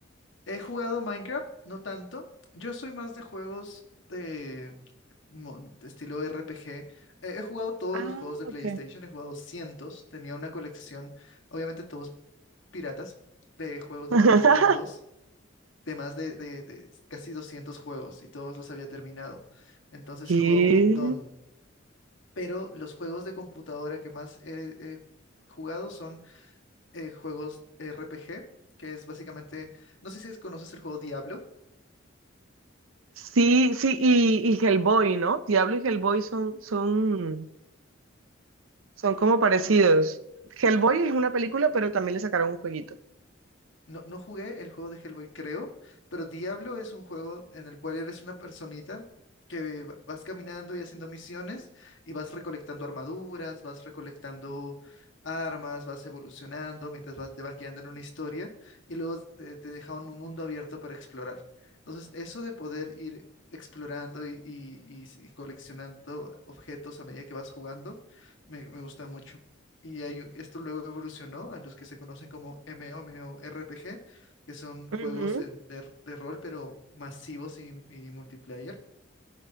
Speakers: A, on the left; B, on the right.
A: He jugado Minecraft, no tanto. Yo soy más de juegos de, mo- de estilo RPG. Eh, he jugado todos
B: Ah,
A: los juegos de
B: ok.
A: PlayStation, he jugado cientos, tenía una colección, obviamente todos piratas, de juegos de
B: <laughs>
A: PlayStation 2. de más de, de- de casi 200 juegos y todos los había terminado. Entonces
B: ¿Qué?
A: he jugado un montón. Pero los juegos de computadora que más he, he jugado son eh, juegos RPG, que es básicamente, no sé si conoces el juego Diablo.
B: Sí, sí, y, y Hellboy, ¿no? Diablo y Hellboy son, son, son como parecidos. Hellboy es una película, pero también le sacaron un jueguito.
A: No, no jugué el juego de Hellboy, creo, pero Diablo es un juego en el cual eres una personita que va- vas caminando y haciendo misiones y vas recolectando armaduras, vas recolectando armas, vas evolucionando mientras vas- te van guiando en una historia y luego te, te deja un mundo abierto para explorar. Entonces, eso de poder ir explorando y, y- y- y coleccionando objetos a medida que vas jugando, me, me gusta mucho. Y hay u- esto luego evolucionó a los que se conocen como MMORPG, que son juegos
B: Ujú.
A: en- de, de rol, pero masivos y, y multiplayer.